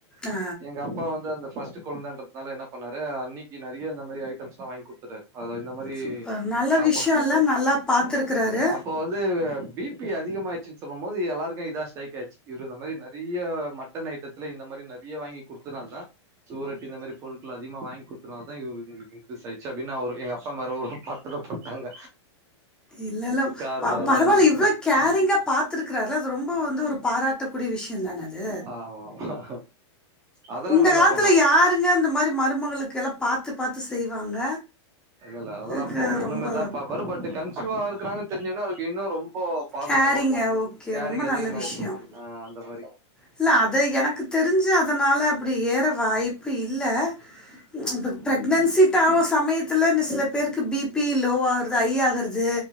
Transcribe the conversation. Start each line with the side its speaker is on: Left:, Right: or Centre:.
Centre: ஆ
Right: எங்க அப்பா வந்து அந்த ஃபஸ்ட்டு கொழந்தைன்றதுனால என்ன பண்ணாரு அண்ணிக்கி நறைய இந்த மாரி ஐட்டம்ஸ்லாம் வாங்கி குடு த்தாரு இந்த மாரி
Centre: சூப்பர் நல்ல
Right: அப்போ
Centre: விஷயம்ல நல்லா பார்த்துருக்குறாரு
Right: அப்போ வந்து பி பி அதிகமாயிடுச்சு சொல்லும் போது எல்லாருக்கு இதா ஸ்ரைக் ஆச்சு இவரு இந்த மாரி நறைய மட்டன் ஐட்டத்துல இந்த மாரி நறைய வாங்கி குடுத்தனால தா சூவரொட்டி இந்த மாரி பொரு ள் அதிகமா வாங்கி குடுத்தனால தா இவுங்ளுக்கு ஸ் ஆயிச்சு அப்டின்னு அவரு எங்க அப்பா மேல ஒரு பாட்டத போட்டாங்க
Centre: இல்ல இல்ல
Right: காரணோ அவரு
Centre: பரவாயில்ல
Right: தான்ட்டு
Centre: இவ்ளோ கேரிங்கா பாத்துருக்கிறாருல அது ரொம்ப வந்து ஒரு பாராட் ட கூடிய விஷயம் தான அது
Right: ஆமா ஆமா அதெல்லா
Centre: இந்த
Right: நல்லா
Centre: காலத்துல
Right: பண்ணுவாங்க
Centre: யா ருங்க இந்த மாரி மருமகளுக்கு எல்லா பார்த்து பார்த்து செய்வாங்க
Right: இல்ல இல்ல அதெல்லா
Centre: இதுக்கு
Right: பொண்ணு
Centre: ரொம்ப
Right: மேரி தா பாப்பாரு பட் கன்சிவா இருக்குறாங்கன்னு தெரிஞ்சோன்னே அவருக்கு இன்னு ரொ ம்போ பாசம்
Centre: கேரிங்க
Right: வந்துரச்சு
Centre: ஓகே
Right: கேரிங்
Centre: ரொம்ப
Right: அதிகமாயிடுச்சு
Centre: நல்ல விஷயம்
Right: ஆ அந்த மாரி
Centre: இல்ல, அது எனக்கு தெரிஞ்சு அதனால அப்டி ஏற வாய்ப் பு இல்ல ம் இப்ப பிரெக்னன்சி டாவ சமயத் த்லன்னு சிலப் பேருக்கு பி பி லோவாகறது ஐ ஆகறது